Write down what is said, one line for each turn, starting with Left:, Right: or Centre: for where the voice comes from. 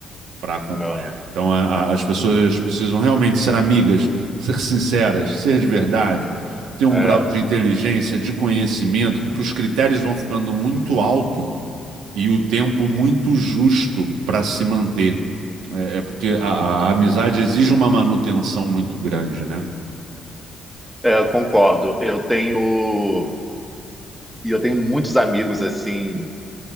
Right: para acompanhar.
Centre: Não.
Right: Então, a- a- as pessoas precisam realmente ser amigas, ser sinceras, ser de verdade, ter um
Centre: É.
Right: grau de inteligência, de conhecimento, porque os critérios vão ficando muito alto e o tempo muito justo para se manter. É, é porque a, a amizade exige uma manutenção muito grande, né?
Centre: É, concordo. Eu tenho e eu tenho muitos amigos assim,